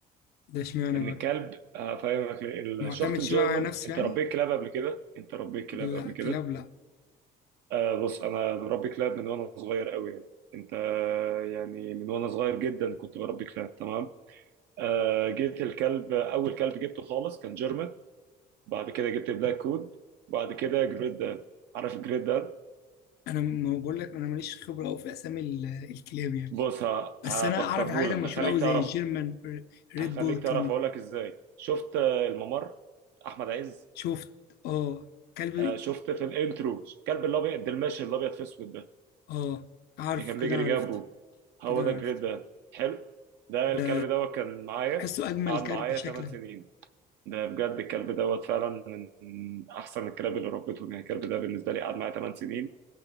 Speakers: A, on the left; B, on the right.
A: ده اشمعنى
B: ان
A: بقى
B: الكلب هفهمك ليه.
A: معتمد
B: الشفت
A: شويه
B: الجيرمان
A: على نفسه
B: انت
A: يعني
B: ربيت كلاب قبل كده انت ربيت كلاب
A: لا
B: قبل
A: كلاب
B: كده
A: لا
B: آه بص انا بربي كلاب من وانا صغير قوي يعني انت آه، يعني من وانا صغير جدا كنت بربي كلاب تمام آه جيت الكلب اول كلب جبته خالص كان جيرمان بعد كده جبت بلاك كود بعد كده جريت دان عارف جريت دان
A: انا ما بقول لك انا ماليش خبره قوي في اسامي ال- الكلاب يعني
B: بص
A: بس
B: هفكرهولك
A: انا اعرف الحاجات المشهوره
B: هخليك
A: قوي
B: تعرفه
A: زي الجيرمان ر- ريد
B: هخليك
A: بول الكلام
B: تعرف اقول
A: ده
B: لك ازاي شفت آه، الممر احمد عز
A: شفت اه كلب
B: آه، شفت في الانترو الكلب الابيض الماشي الابيض في اسود ده
A: اه عارف
B: اللي كان
A: كده
B: بيجري
A: انا
B: جنبه
A: عرفت
B: هو
A: كده انا
B: ده الجريت
A: عرفت
B: ده حلو ده
A: ده
B: الكلب دوت كان معايا
A: بحسه اجمل
B: قعد
A: كلب
B: معايا
A: شكلا
B: 8 سنين ده بجد الكلب دوت فعلا من احسن الكلاب اللي ربيتهم يعني الكلب ده بالنسبه لي قعد معايا 8 سنين